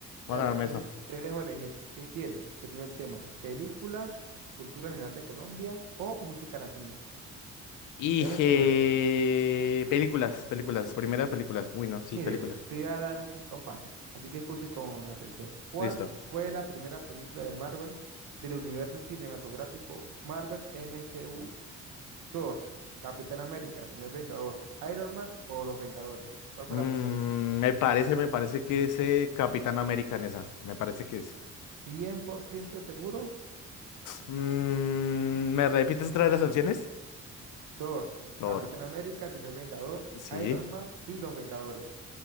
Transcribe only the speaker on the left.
Voy
a ganarme
eso.
Y
eh,
películas, películas, primera películas. Uy, no, sí,
películas.
Listo.
Mm,
me parece, me parece que es eh, Capitán América en esa. Me parece que es.
Mm, ¿me repites otra vez las opciones?
Thor,
sí,